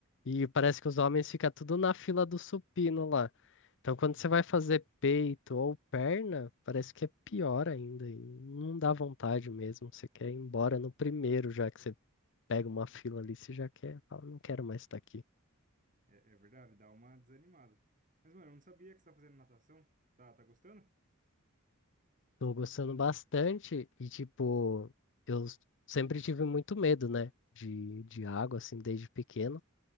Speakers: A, on the left; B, on the right.
A: e parece que os homens ficam tudo na fila do supino lá. Então,
B: Uhum.
A: quando você vai fazer peito ou perna, parece que é pior ainda. E não dá vontade mesmo. Você quer ir embora no primeiro, já que você pega uma fila ali, você já quer, fala, não quero mais estar aqui.
B: É, é verdade, dá uma desanimada. Mas, mano, eu não sabia que você tá fazendo natação. Tá, tá gostando?
A: Tô gostando bastante e, tipo, eu s- sempre tive muito medo, né, de, de água, assim, desde pequeno,